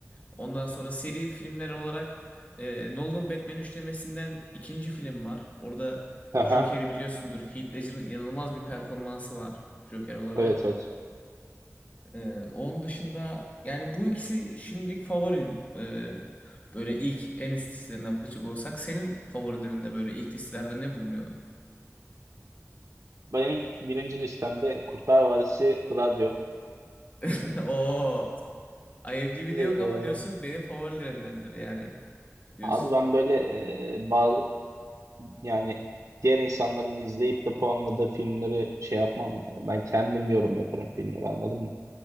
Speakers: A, on the left; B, on the right.
A: Ondan sonra seri filmler olarak e, Nolan'ın Batman üçlemesinden ikinci film var. Orada
B: aha.
A: Joker'i biliyorsundur. Heath Ledger'ın inanılmaz bir performansı var Joker olarak.
B: Evet evet.
A: Ee, onun dışında yani bu ikisi şimdilik favorim. Ee, böyle ilk en üst listelerine bakacak olursak senin favorilerinde böyle ilk listelerde ne bulunuyor?
B: Benim birinci listemde Kurtlar Vadisi Gladio.
A: <laughs> Oo, IMDb'de
B: Ee,
A: yok ama diyorsun benim favorilerimdendir yani diyorsun.
B: abi ben böyle e, bazı yani diğer insanların izleyip de puanladığı filmleri şey yapmam yani. Ben kendim yorum yaparım filmleri anladın mı?